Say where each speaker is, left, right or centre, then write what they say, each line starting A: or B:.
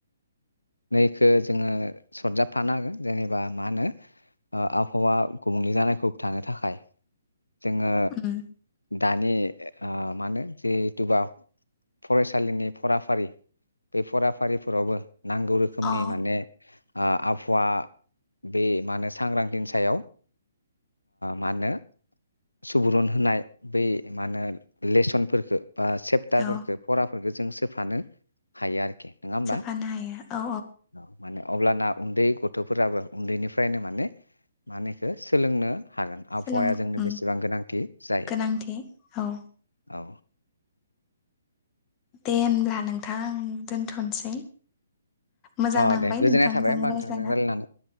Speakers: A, on the left; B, on the left.
A: नै इखौ जोङो सरजाबफानो हागोन जेनेबा मा होनो आबहावा गुबुंले जानायखौ होबथानो थाखाय। जोङो।
B: उम
A: दानि मा होनो जिहेथुबा फरायसालिनि फराफारि बे फराफारिफोरावबो नांगौ रोखोमनि
B: अ
A: माने आबहावा बे मा होनो सांग्रांथिनि सायाव मा होनो? सुबुरुन होनाय बै मा होनो लेसनफोरखौ बा सेेप्टारफोरखौ
B: औ
A: फराफोरफोरखौ जों सोफानो हायो आरोखि अके नङा होमबा
B: सोफानो हायो औ
A: औ मानो अब्लाना उन्दै गथ'फोराबो उन्दैनिफ्रायनो माने मा होनो इखौ सोलोंनो हागोन आबहावाया
B: सोलों उम
A: बेसेबां गोनांथि जायो?
B: गोनांथि औ
A: औ
B: दे होनब्ला नोंथां आं दोनथ'नोसै। मोजां
A: अ
B: नांबाय
A: दे गोजोननाय
B: नोंथांजों
A: थाबाय होमबा नोंथांजों
B: रायज्लायना
A: रायलायनानै